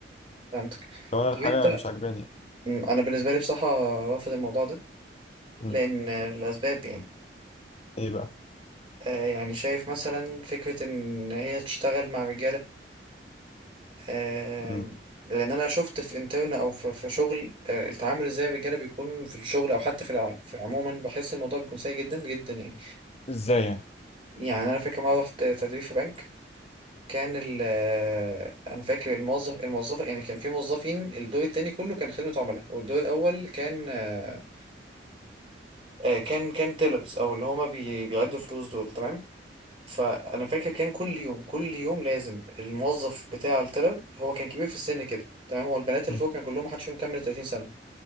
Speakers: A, on the right; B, on the left.
A: فهمتك
B: لو أنا
A: طب
B: الحاجة
A: انت
B: مش عاجباني يعني
A: مم، انا بالنسبه لي بصراحه رافض الموضوع ده
B: مم.
A: لان الاسباب يعني
B: إيه بقى؟
A: آه يعني شايف مثلا فكره ان هي تشتغل مع رجاله آه،
B: مم.
A: لان انا شفت في انترن او في في شغل آه، التعامل ازاي الرجاله بيكون في الشغل او حتى في الع- في عموما بحس الموضوع بيكون سيء جدا جدا يعني
B: إزاي يعني؟
A: يعني انا فاكر مره رحت تدريب في بنك كان ال آه، انا فاكر الموظف الموظفه يعني كان في موظفين الدور التاني كله كان خدمه عملاء والدور الاول كان آه، آه، كان كان تيلرز او اللي هما بي- بيعدوا فلوس دول تمام فانا فاكر كان كل يوم كل يوم لازم الموظف بتاع التلر هو كان كبير في السن كده تمام هو البنات اللي
B: مم.
A: فوق كان كلهم محدش فيهم كمل 30 سنه